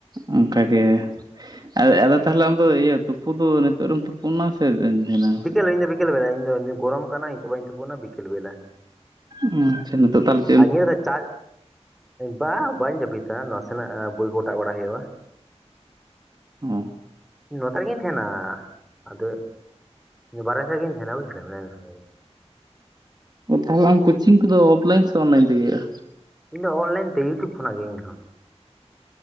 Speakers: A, on the right; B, in the centre.
A: ᱚᱱᱠᱟᱜᱮ ᱟᱨ ᱟᱫᱚ ᱛᱟᱦᱚᱞᱮ ᱟᱢᱫᱚ ᱤᱭᱟᱹ ᱛᱩᱯᱩ ᱫᱚ ᱱᱤᱛᱚᱜ ᱨᱮᱢ ᱛᱩᱯᱩᱭᱱᱟ ᱥᱮ ᱫᱷᱤᱱᱟᱹᱱ
B: ᱵᱤᱠᱮᱞ ᱤᱧ ᱫᱚ ᱵᱤᱠᱮᱞ ᱵᱮᱲᱟ ᱤᱧᱫᱚ ᱜᱚᱨᱚᱢ ᱠᱟᱱᱟ ᱤᱧ ᱫᱚ ᱵᱟᱹᱧ ᱛᱩᱯᱩᱱᱟ ᱵᱤᱠᱮᱞ ᱵᱮᱞᱟ
A: ᱦᱩᱸ ᱟᱪᱪᱷᱟ ᱱᱤᱛᱚᱜ ᱫᱚ <unintelligible>
B: ᱟᱨ ᱤᱭᱟᱹ ᱨᱮ ᱪᱟᱥ ᱵᱟᱝ ᱵᱟᱹᱧ ᱡᱟᱹᱯᱤᱫᱟ ᱱᱟᱥᱮᱱᱟᱜ ᱵᱳᱭ ᱠᱚ ᱚᱴᱟᱜ ᱵᱟᱲᱟ ᱦᱩᱭᱩᱜᱼᱟ
A: ᱦᱩᱸ
B: ᱱᱚᱸᱰᱟ ᱜᱤᱧ ᱛᱟᱦᱮᱸᱱᱟ ᱟᱫᱚ ᱵᱟᱦᱨᱮ ᱥᱮᱫ ᱨᱮᱜᱤᱧ ᱛᱟᱦᱮᱸᱱᱟ <unintelligible>
A: ᱚᱱ ᱛᱟᱦᱚᱞᱮ ᱠᱚᱪᱦᱤᱝ ᱠᱩᱫᱚ ᱚᱱᱞᱟᱤᱱ ᱥᱮ ᱚᱱᱞᱟᱤᱱ ᱛᱮ ᱦᱩᱭᱩ-ᱟ
B: ᱤᱧᱫᱚ ᱚᱱᱞᱟᱭᱤᱱ ᱛᱮ ᱤᱭᱩᱴᱩᱵᱽ ᱠᱷᱚᱱᱟᱜ ᱜᱮ ᱤᱧᱦᱚᱸ